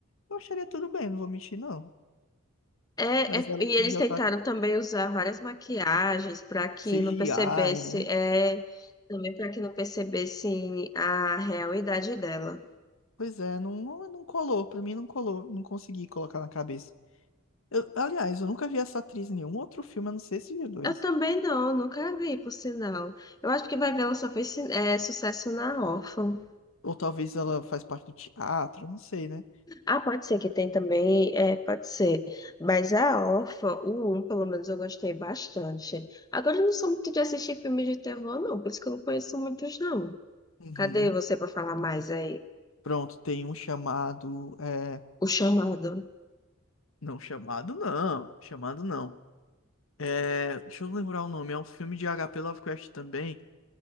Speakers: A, on the left; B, on the left.
A: eu acharia tudo bem, não vou mentir, não.
B: É,
A: Mas
B: é-
A: ela
B: e
A: assim,
B: eles
A: já
B: tentaram
A: tá com
B: também usar várias maquiagens para que
A: CGI,
B: não percebesse,
A: né?
B: é, também para que não percebessem a realidade dela.
A: Pois é, não, não, não colou, pra mim não colou, não consegui colocar na cabeça. Eu- aliás, eu nunca vi essa atriz em nenhum outro filme, a não ser esses dois.
B: Eu também não, nunca vi, por sinal. Eu acho que vai ver, ela só fez, é, sucesso na órfã.
A: Ou talvez ela faz parte do teatro, eu não sei, né?
B: Ah, pode ser que tem também, é, pode ser. Mas a Órfã, o 1, pelo menos eu gostei bastante. Agora eu não sou muito de assistir filmes de terror, não, por isso que eu não conheço muitos, não.
A: Uhum.
B: Cadê você para falar mais aí?
A: Pronto, tem um chamado. é,
B: O Chamado.
A: Não, chamado não, chamado não. É, Deixa eu lembrar o nome, é um filme de H.P. Lovecraft também,